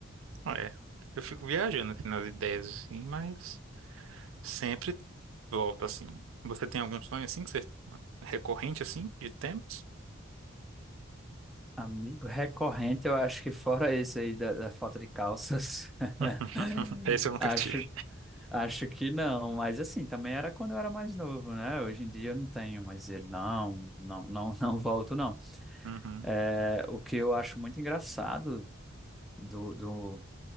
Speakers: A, on the right (about 80°); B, in the centre.
A: Ah, É, eu fico viajando assim, nas ideias, assim, mas sempre volto assim. Você tem algum sonho assim que você recorrente assim de temas?
B: Amigo recorrente, eu acho que fora esse aí da, da falta de calças, <laughs>
A: <laughs> Esse eu nunca
B: acho,
A: tive.
B: acho que não, mas assim, também era quando eu era mais novo, né? Hoje em dia eu não tenho, mas ele não, não, não, <laughs> não volto, não.
A: Uhum.
B: É, o que eu acho muito engraçado do, do,